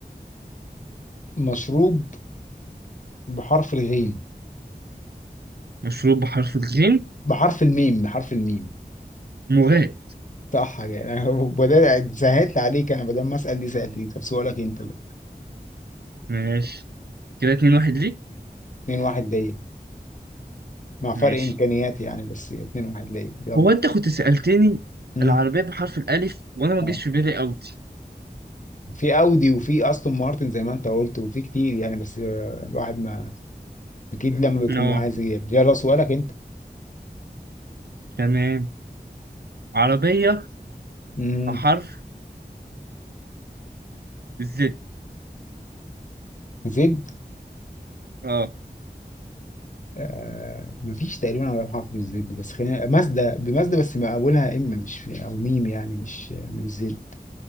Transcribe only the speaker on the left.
مشروب بحرف الغين
بحرف الميم بحرف الميم
صح يعني أنا بدل <laughs> سهلت عليك انا بدل ما اسال دي سالت دي طب سؤالك انت بقى
2 1 ليا مع فرق
امكانيات يعني بس 2 1 ليا يلا
مم.
اه
في اودي وفي استون مارتن زي ما انت قلت وفي كتير يعني بس آه، الواحد ما اكيد لما بيكون
معاه زياد يلا سؤالك انت
امم
زد
آه مفيش تقريبا على حرف بالزد بس خلينا مازدا بمازدا بس ما اولها ام مش او ميم يعني مش مش زد